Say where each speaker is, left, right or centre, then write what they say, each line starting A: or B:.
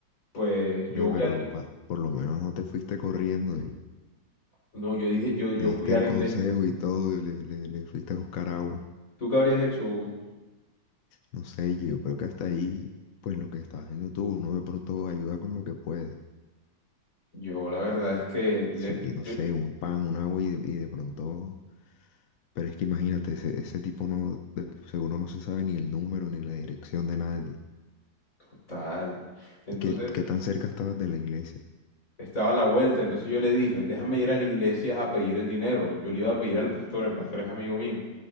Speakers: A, on the left (about 45°); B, on the left (about 60°).
A: pues
B: Oye,
A: yo voy
B: pero
A: a la iglesia".
B: pa- por lo menos no te fuiste corriendo, y
A: No, yo dije, yo, yo
B: le diste
A: fui a
B: el
A: la iglesia.
B: consejo y todo, y le, le- le fuiste a buscar agua.
A: ¿Tú qué habrías hecho, Hugo?
B: No sé, yo creo que hasta ahí, pues lo que estás haciendo tú, uno de pronto ayuda con lo que puede.
A: Yo la verdad es que le,
B: Así que, no
A: yo,
B: sé, un pan, un agua y de, y de pronto... Pero es que imagínate, ese, ese tipo no, de- seguro no se sabe ni el número ni la dirección de nadie.
A: total. Entonces,
B: ¿Y qué, qué tan cerca estabas de la iglesia?
A: estaba a la vuelta, entonces yo le dije, déjame ir a la iglesia a pedir el dinero. Yo le iba a pedir al pastor, el pastor es amigo mío.